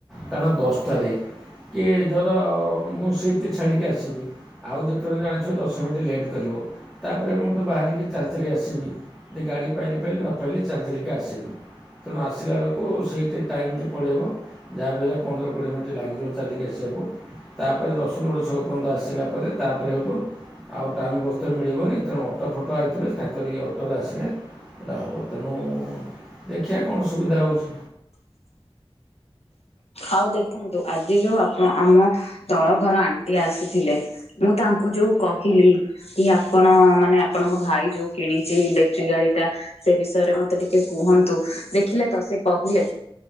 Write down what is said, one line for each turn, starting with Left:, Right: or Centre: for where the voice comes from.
Centre: କାରଣ ଦଶଟାରେ କି ଜର ମୁଁ ସିଫ୍ଟ ଛାଡ଼ିକି ଆସିବି। ଆଉ ଯେତେବେଳେ ଜାଣିଛିବ ଦଶ ମିନିଟ ଲେଟ୍ କରିବ ତାପରେ ମୁଁ ତୁ ବାହାରିକି ଚାଲି ଚାଲି ଚାଲି ଆସିବି ଯ ଗାଡ଼ି ପାଇଲି ପାଇଲି ନ ପାଇଲି ଚାଲି ଚାଲିକି ଆସିବି। ତେଣୁ ଆସିଲା ବେଳକୁ ସେଇଠି ଟାଇମ୍ଟି ପଳାଇବ ଯାହା ବି ହେଲେ ପନ୍ଦର କୋଡ଼ିଏ ମିନିଟ୍ ଲାଗିଯିବ ଚାଲିକି ଆସିବାକୁ। ତାପରେ ରସୁଲଗଡଛକ ପର୍ଯ୍ୟନ୍ତ ଆସିଲା ପରେ ତାପରେ ହେଉଠୁ ଆଉ ଟାଉନ ବସ୍ ତେ ମିଳିବନି ତେଣୁ ଅଟୋ ଫଟୋ ଆସିଥିଲେ ତାଙ୍କର ଏଇ ଅଟୋରେ ଆସିଲେ। ଏଇଟା ହବ ତେଣୁ ଦେଖିଆ କଣ ସୁବିଧା ହେଉଛି।
Left: ଆଉ ଦେଖନ୍ତୁ ଆଜି ଯୋଉ ଆପଣ ଆମ ତଳ ଘର ଆଣ୍ଟି ଆସିଥିଲେ। ମୁଁ ତାଙ୍କୁ ଯୋଉ କହିଲି। କି ଆପଣ ମାନେ ଆପଣଙ୍କ ଭାଇ ଯୋଉ କିଣିଛି ଇଲେକ୍ଟ୍ରିକ ଗାଡି ଟା ସେ ବିଷୟରେ ମତେ ଟିକେ କୁହନ୍ତୁ ଦେଖିଲେ ତ ସେ କହିଲେ